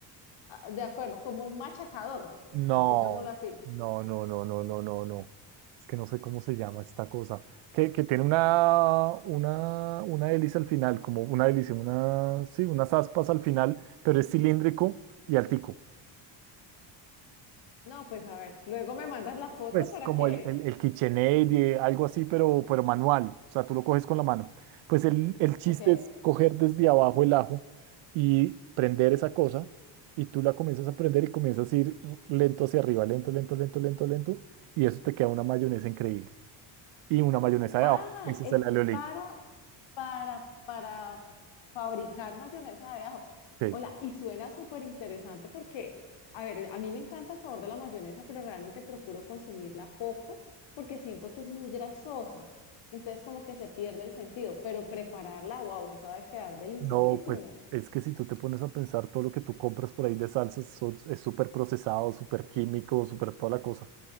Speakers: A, on the left; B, on the right.
A: Ah, De acuerdo, como un machacador,
B: No,
A: digámoslo así.
B: no, no, no, no, no, no, no. Es que no sé cómo se llama esta cosa. Que, que tiene una, una, una hélice al final, como una hélice, una, sí, unas aspas al final, pero es cilíndrico y altico.
A: No, pues a ver, luego me mandas la foto
B: Pues
A: para
B: como
A: que...
B: el, el, el KitchenAid, eh, algo así, pero, pero manual. O sea, tú lo coges con la mano. Pues el, el chiste
A: Ok.
B: es coger desde abajo el ajo y prender esa cosa. Y tú la comienzas a prender y comienzas a ir lento hacia arriba, lento, lento, lento, lento, lento. Y eso te queda una mayonesa increíble. Y una mayonesa
A: Ah,
B: de ajo. Ese
A: es
B: es el alioli.
A: para para, para fabricar mayonesa de ajo.
B: Sí.
A: Hola, y suena súper interesante porque, a ver, a mí me encanta el sabor de la mayonesa, pero realmente procuro consumirla poco porque siento que es muy grasosa. Entonces como que se pierde el sentido, pero prepararla, wow, eso ha de quedar deliciosísimo.
B: No, pues es que si tú te pones a pensar todo lo que tú compras por ahí de salsas son- es súper procesado, súper químico, súper toda la cosa.